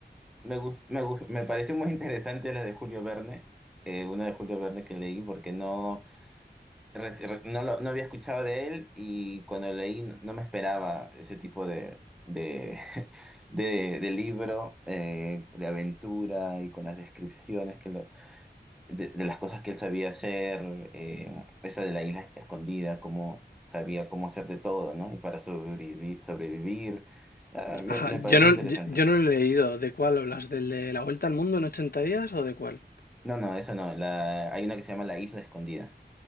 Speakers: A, in the centre; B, on the left.
A: me gust- me gust- me pareció muy interesante la de Julio Verne, eh, una de Julio Verne que leí porque no Reci- re- No, lo- no había escuchado de él y cuando lo leí no no me esperaba ese tipo de, de, <laughs> de, de libro eh, de aventura y con las descripciones que lo- de, de las cosas que él sabía hacer, eh, esa de la isla escondida, cómo sabía cómo hacer de todo, ¿no? Y para sobrevivir, sobrevivir. Ah, me,
B: ajá.
A: me pareció
B: Yo no,
A: interesante.
B: yo, yo no lo he leído. ¿De cuál hablas? ¿Del de La Vuelta al Mundo en ochenta días o de cuál?
A: No, no, esa no. La, hay una que se llama La Isla Escondida.